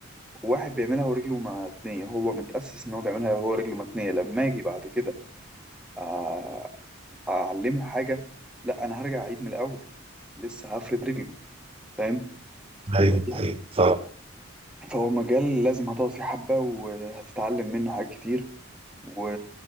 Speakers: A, in the centre; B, on the right.
A: واحد بيعملها ورجله متنيه هو متاسس ان هو بيعملها وهو رجله متنيه لما اجي بعد كده أ- اعلمه حاجه لا انا هرجع اعيد من الاول لسه هفرد رجله فاهم
B: ايوه
A: فدي
B: ايوه فاهم
A: فهو مجال لازم هتقعد فيه حبه وهتتعلم منه حاجات كتير و...